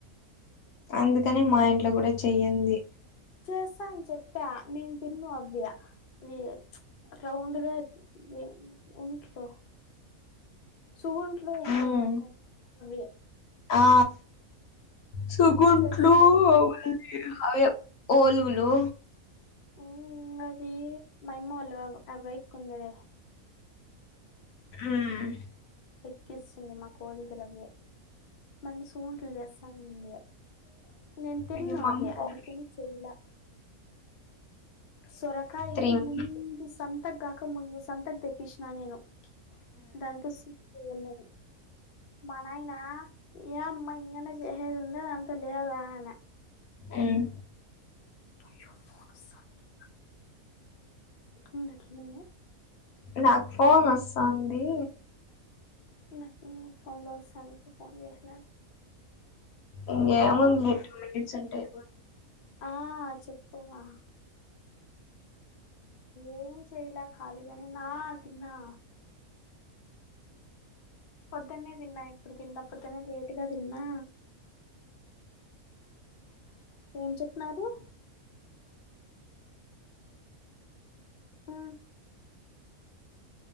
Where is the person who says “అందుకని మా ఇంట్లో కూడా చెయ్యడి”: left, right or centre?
Left